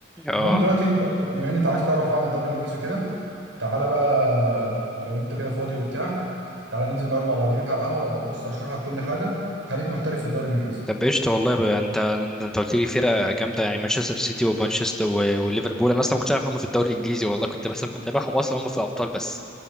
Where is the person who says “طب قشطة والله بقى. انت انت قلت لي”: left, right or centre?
Centre